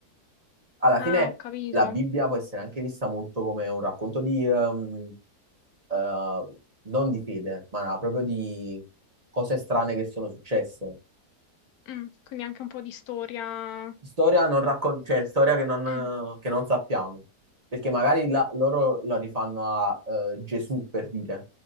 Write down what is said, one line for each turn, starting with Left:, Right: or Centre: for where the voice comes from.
Right: Alla
Left: ah,
Right: fine
Left: ho capito.
Right: la Bibbia può essere anche vista molto come un racconto di, ehm, eh, non di fede, ma no, proprio di cose strane che sono successe
Left: Mm, quindi anche un po' di storia.
Right: Storia, non raccon- cioè, storia che non,
Left: Mm,
Right: che non sappiamo, perché magari la- loro la rifanno a eh, Gesù per dire,